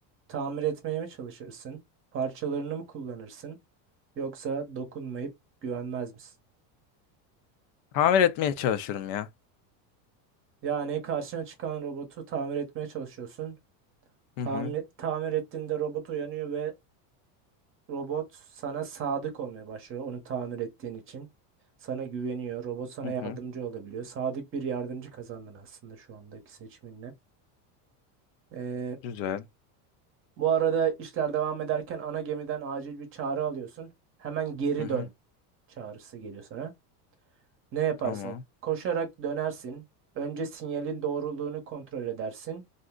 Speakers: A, on the right; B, on the left.
A: Tamir etmeye mi çalışırsın? Parçalarını mı kullanırsın? Yoksa dokunmayıp güvenmez misin?
B: Tamir etmeye çalışırım ya.
A: Yani karşına çıkan robotu tamir etmeye çalışıyorsun.
B: Hı
A: Tamir,
B: hı.
A: tamir ettiğinde robot uyanıyor ve robot sana sadık olmaya başlıyor onu tamir ettiğin için. Sana güveniyor. Robot sana
B: Hı
A: yardımcı
B: hı.
A: olabiliyor. Sadık bir yardımcı kazandın aslında şu andaki seçiminle. Ee,
B: Güzel.
A: bu arada işler devam ederken ana gemiden acil bir çağrı alıyorsun. Hemen geri
B: Hı hı.
A: dön çağrısı geliyor sana. Ne yaparsın?
B: Tamam.
A: Koşarak dönersin. Önce sinyalin doğruluğunu kontrol edersin.